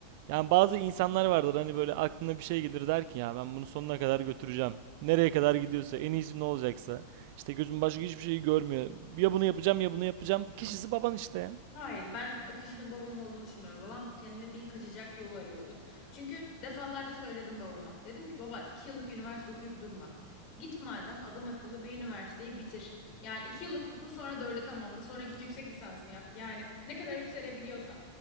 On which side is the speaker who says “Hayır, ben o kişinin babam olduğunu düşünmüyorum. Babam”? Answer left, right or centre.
Left